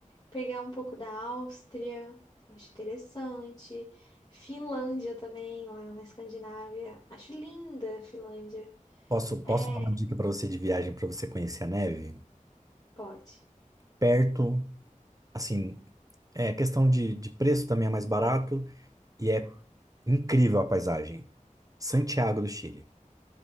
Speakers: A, on the left (about 30°); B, on the right (about 25°).
A: pegar um pouco da Áustria. Acho interessante. Finlândia também, lá na Escandinávia. Acho linda a Finlândia.
B: Posso,
A: É,
B: posso dar uma dica para você de viagem para você conhecer a neve?
A: pode.
B: Perto, assim, é questão de, de preço também é mais barato e é incrível a paisagem. Santiago do Chile.